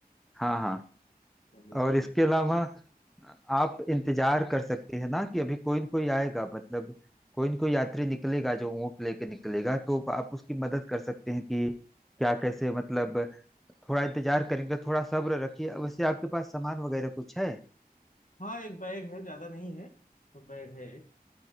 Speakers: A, in the centre; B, on the left (about 55°).
A: हाँ हाँ
B: चलो
A: और
B: तो
A: इसके
B: बढ़िया
A: अलावा आप इंतजार कर सकते हैं ना कि अभी कोई न कोई आएगा मतलब कोई न कोई यात्री निकलेगा जो ऊँट लेके निकलेगा तो आप उसकी मदद कर सकते हैं कि क्या कैसे मतलब थोड़ा इंतजार करेंगे थोड़ा सब्र रखिए अब वैसे आपके पास सामान वगैरह कुछ है
B: हाँ एक बैग है ज्यादा नहीं है तो बैग है एक